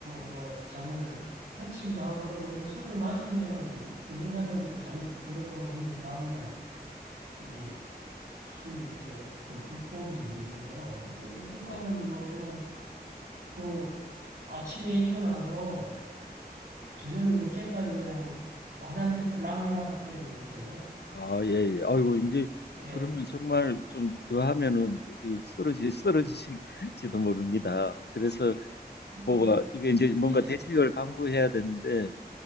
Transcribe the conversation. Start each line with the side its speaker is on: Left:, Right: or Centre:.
Right: 뭐 잠을 설치기도 하고 그러거든요. 술을 마시면은 그 순간에는 또 잠이 들어요. 근데 다음날 이제 술 이게 그 극복이 힘들죠. 어떨, 어떨 때는
Left: 어.
Right: 뭐 그냥 그 아침에 일어나서 저녁 늦게까지 그냥 화장실 락날락 할 때도 있어요.
Left: 아, 예, 예. 아이고, 이제,
Right: 음, 예,
Left: 그러면 정말 좀 더 하면은 어떻게 쓰러지, 쓰러지실지도 모릅니다. 그래서
Right: 그, 그-
Left: 뭐가, 이게 이제 뭔가
Right: 예,
Left: 대책을 강구해야 되는데,